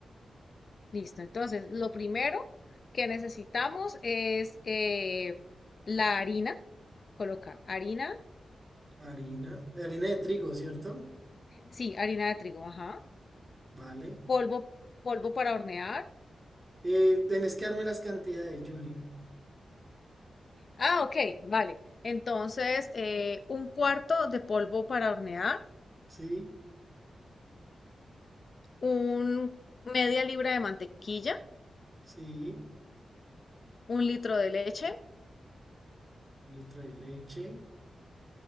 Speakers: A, on the left; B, on the right.
A: Listo. Entonces, lo primero que necesitamos es eh, la harina. Coloca harina,
B: harina, harina de trigo, ¿cierto?
A: sí, harina de trigo, ajá.
B: Vale.
A: Polvo, polvo para hornear
B: Eh, tenés que darme las cantidades, Julie.
A: Ah, ok, vale. Entonces, eh, un cuarto de polvo para hornear,
B: Sí,
A: un media libra de mantequilla,
B: sí,
A: un litro de leche,
B: un litro de leche,